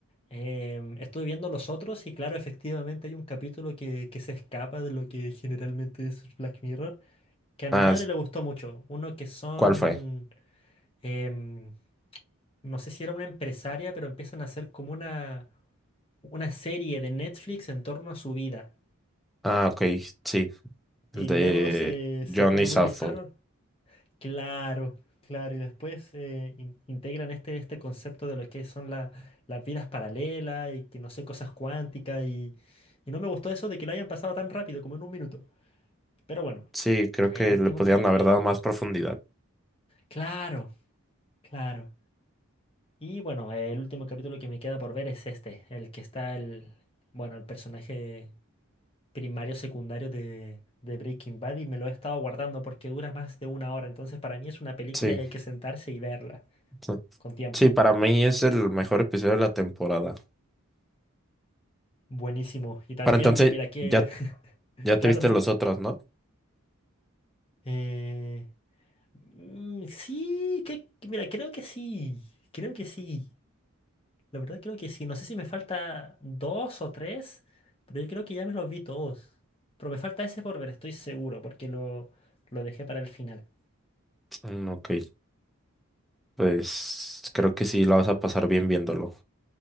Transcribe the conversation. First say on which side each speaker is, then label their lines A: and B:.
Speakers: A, on the left; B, in the centre.
A: Em, estuve viendo los otros y claro, efectivamente hay un capítulo que, que se escapa de lo que generalmente es Black Mirror, que a
B: Ah,
A: mi madre le gustó mucho. Uno que son,
B: ¿cuál fue?
A: em, no sé si era una empresaria, pero empiezan a hacer como una, una serie de Netflix en torno a su vida.
B: Ah, ok, sí,
A: Y
B: el de
A: luego se,
B: Johnny
A: se pone
B: Southpaw.
A: muy bizarro. Claro, claro. Y después eh, in- integran este, este concepto de lo que son la- las vidas paralelas y que no sé, cosas cuánticas. Y, y no me gustó eso de que lo hayan pasado tan rápido, como en un minuto. Pero bueno,
B: Sí, creo
A: el
B: que
A: último
B: le podían
A: capítulo.
B: haber dado más profundidad.
A: Claro, claro. Y bueno, el último capítulo que me queda por ver es este, el que está el, bueno, el personaje primario, secundario de, de Breaking Bad y me lo he estado guardando porque dura más de una hora. Entonces para mí es una película
B: Sí,
A: y hay que sentarse y verla
B: sí,
A: con tiempo.
B: sí, para mí es el mejor episodio de la temporada.
A: Buenísimo. Y también,
B: Para entonces,
A: mira que...
B: ya,
A: <laughs>
B: ya
A: Claro,
B: te viste
A: dime.
B: los otros, ¿no?
A: Eh, mm, sí, que, que- mira, creo que sí. Creo que sí. La verdad creo que sí. No sé si me falta dos o tres, pero yo creo que ya me los vi todos. Pero me falta ese por ver, estoy seguro, porque lo, lo dejé para el final.
B: Mm, ok, pues creo que sí, la vas a pasar bien viéndolo.